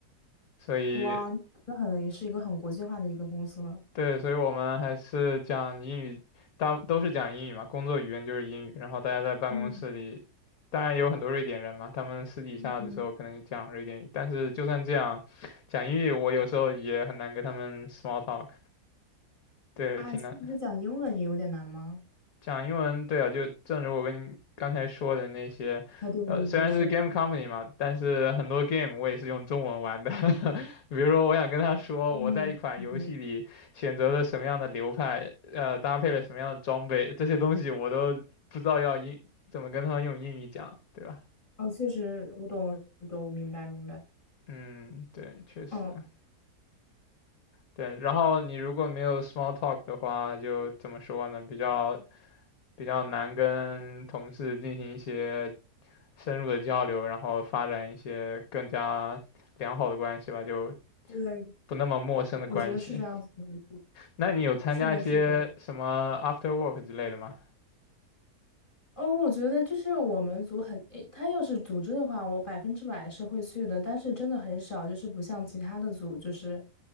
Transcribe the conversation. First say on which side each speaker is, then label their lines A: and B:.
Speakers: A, on the left; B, on the left.
A: 所以
B: 哇，那很是一个很国际化的一个公司了。
A: 对，所以我们还是讲英语，大都是讲英语嘛，工作语言就是英语，然后大家在办公室里，
B: 嗯
A: 当然也有很多瑞典人嘛，他们私底下的时候可能就讲瑞典语，
B: 嗯嗯，
A: 但是就算这样，讲英语我有时候也很难跟他们 small talk。对，
B: 啊，
A: 挺难
B: 其实讲英文也有点难吗？
A: 讲英文。对啊，就正如我跟你刚才说的那些，
B: 啊，对对对，
A: 呃，虽然是
B: 是的，
A: game company 嘛，但是很多 game 我也是用中文玩的。<laughs> 比如说，我想跟他说我在一款游戏里选择了什么样的流派，
B: 嗯 o
A: 呃，搭配了什么样的装备，这些东西我都不知道要英怎么跟他们用英语讲，对吧？
B: 哦，确实，我懂，我懂，明白明白。
A: 嗯，对，确实，
B: 嗯，
A: 对。然后你如果没有 small talk 的话，就怎么说呢？比较比较难跟同事进行一些深入的交流，然后发展一些更加良好的关系吧，就
B: 对，
A: 不那么陌生的关系。
B: 我觉得是这样子的，没错。
A: 那你有参加一些什么
B: 是的，是的，
A: after work 之类的吗？
B: 哦，我觉得就是我们组很，诶，他要是组织的话，我百分之百是会去的，但是真的很少，就是不像其他的组，就是